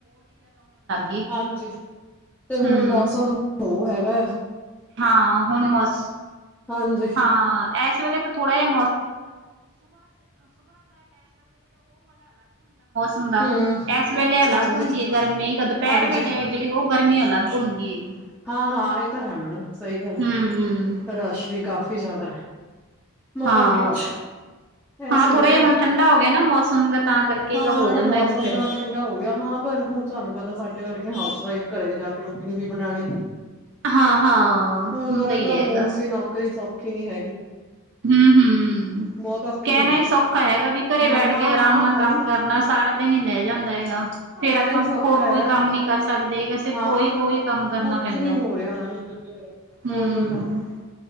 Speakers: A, on the right (about 50°); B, in the centre.
A: ਗਈ।
B: ਹਾਂਜੀ, ਤੇ ਹੁਣ
A: ਹੂੰ,
B: ਮੌਸਮ ਉਹ ਹੈਗਾ ਆ।
A: ਹਾਂ ਹੁਣ ਮਸ
B: ਹਾਜੀ,
A: ਹਾਂ, ਅਲੱਗ ਹੁੰਦਾ, ਹੁੰਦਾ
B: ਹਮ
A: ਇਸ ਵੇਲੇ ਅਲੱਗ
B: ਹਾਂਜੀ
A: ਹੁੰਦੀ ਹੈ, ਗਰਮੀ ਦੁਪਹਿਰ
B: ਹਾਂਜੀ
A: ਵੇਲੇ ਜਿਹੜੀ ਉਹ ਗਰਮੀ ਅਲੱਗ ਹੁੰਦੀ ਹੈਗੀ ਐ।
B: ਹਾਂ-ਹਾਂ ਇਹ ਤਾਂ ਹੈ ਮੈਡਮ ਸਹੀ ਗੱਲ
A: ਹੂੰ-ਹੂੰ।
B: ਹੈ ਰਸ਼ ਵੀ ਕਾਫ਼ੀ ਜ਼ਿਆਦਾ ਹੈ। ਮਾਰਕਿਟ
A: ਹਾਂ,
B: ਚ
A: ਹਾਂ
B: ਐਸੇ
A: ਥੋੜ੍ਹਾ
B: ਬੇਟੇ
A: ਜਿਹਾ ਹੁਣ ਠੰਡਾ ਹੋ ਗਿਆ ਨਾ ਮੌਸਮ ਤਾਂ ਕਰਕੇ
B: ਹਾਂ ਮੈ
A: ਹੋ ਜਾਂਦਾ
B: ਨਾ ਮੌਸਮ
A: ਹੈਗਾ ਫਿਰ।
B: ਤਾਂ ਠੰਡਾ ਹੋ ਗਿਆ ਹਾਂ ਪਰ ਹੁਣ ਸਾਨੂੰ ਪਤਾ ਸਾਡੇ ਵਰਗੀਆਂ ਹਾਊਸ ਵਈਫ ਘਰੇ ਜਾ ਕੇ ਰੋਟੀ ਵੀ ਬਣਾਉਣੀ।
A: ਹਾਂ-ਹਾਂ,
B: ਹੁਣ
A: ਹੁੰਦਾ
B: ਬਾਰ
A: ਹੀ
B: ਫਰੋਮ
A: ਹੈਗਾ।
B: ਹੋਮ ਵੀ ਨੌਕਰੀ ਸੌਖੀ ਨੀ ਹੈਗੀ।
A: ਹੂੰ-ਹੂੰ,
B: ਬਹੁਤ ਔਖੀ
A: ਕਹਿਣਾ
B: ਹੈ
A: ਹੀ ਸੌਖਾ ਹੈਗਾ ਵੀ ਘਰੇ
B: ਨਾ
A: ਬੈਠ
B: ਹਾਂ-ਹਾਂ
A: ਕੇ ਆਰਾਮ ਨਾਲ
B: ਮੈਡਮ
A: ਕੰਮ ਕਰਨਾ ਸਾਰਾ ਦਿਨ ਹੀ ਲੈ ਜਾਂਦਾ ਹੈਗਾ ਫੇਰ
B: ਕਹਿਣਾ
A: ਆਪਾਂ
B: ਹੀ ਸੌਖਾ
A: ਹੋਰ ਕੋਈ
B: ਹੈ
A: ਕੰਮ ਨੀ ਕਰ ਸਕ ਸਕਦੇ ਕਿ ਸੇ
B: ਹਾਂ
A: ਕੋਈ ਕੋਈ ਕੰਮ ਕਰਨਾ
B: ਕੁਛ
A: ਪੈਂਦਾ
B: ਨੀ
A: ਹੈ
B: ਹੋ ਰਿਹਾ ਮੈਡਮ
A: ਹਮ
B: ਹੋਰ ਕੋਈ ਕੰਮ
A: <unintelligible>